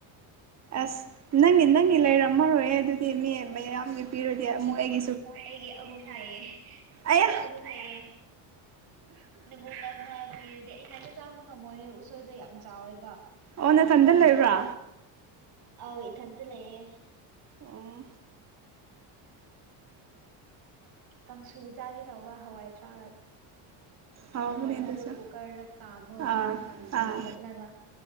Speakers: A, on the right; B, on the right.
A: ꯑꯁ ꯅꯪꯅꯤ ꯅꯪꯅꯤ ꯂꯩꯔꯝꯃꯔꯣꯏꯌꯦ ꯑꯗꯨꯗꯤ ꯃꯤ ꯃꯌꯥꯝꯒꯤ ꯄꯤꯔꯗꯤ ꯑꯃꯨꯛ ꯑꯩꯒꯤ
B: ꯑꯩꯒꯤ ꯑꯍꯨꯝ ꯂꯩꯌꯦ
A: ꯑꯌꯥ
B: ꯑꯩꯒꯤ ꯑꯍꯨꯝ ꯂꯩꯌꯦ ꯪꯅꯉꯣꯜꯗ ꯑꯃ ꯄꯤꯔꯗꯤ ꯑꯊꯟꯗ ꯆꯥꯕ ꯉꯝꯃꯣꯏꯍꯦ ꯎꯁꯣꯏꯗꯣ ꯌꯥꯝ ꯆꯥꯎꯋꯦꯕ
A: ꯑꯣ ꯅꯊꯟꯗ ꯂꯩꯕ꯭ꯔꯥ
B: ꯑꯥꯎ ꯏꯊꯟꯇ ꯂꯩꯌꯦ
A: ꯑꯣ
B: ꯀꯥꯡꯁꯨ ꯆꯥꯒꯦ ꯇꯧꯕ ꯍꯋꯥꯏꯊ꯭ꯔꯥꯛꯒ
A: ꯍꯥꯎꯕꯅꯦ
B: ꯍꯋꯥꯏ ꯊ꯭ꯔꯥꯗꯨꯒ
A: ꯑꯗꯨꯁꯨ
B: ꯀꯨꯀꯔꯗ ꯀꯥꯝꯃꯣꯒꯣ
A: ꯑꯥ
B: ꯀꯪꯅ
A: ꯑꯥ
B: ꯃꯦꯠꯂꯒ